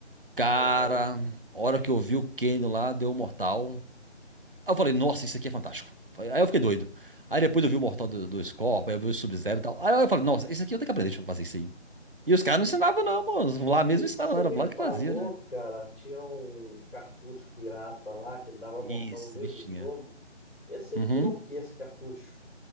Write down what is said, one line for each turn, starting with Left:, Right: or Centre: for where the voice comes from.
Right: Cara,
Left: Aham.
Right: a hora que eu vi o Kano lá, deu Mortal. Aí eu falei, nossa, isso aqui é fantástico. Aí eu fiquei doido. Aí depois eu vi o Mortal do, do Scorpion, aí eu vi o Sub-Zero e tal. Aí eu falei, nossa, isso aqui eu tenho que aprender, deixa eu fazer isso aí. E os caras não ensinavam, não, pô. Lá mesmo
Left: E você
Right: ensinavam, não. Era
Left: me
Right: Vlad
Left: falou,
Right: que fazia, né?
Left: cara, tinha um cartucho pirata lá que ele dava
Right: Esses
Left: mortal no meio
Right: bichinha.
Left: do jogo. Esse aí
Right: Uhum.
Left: virou o que esse cartucho?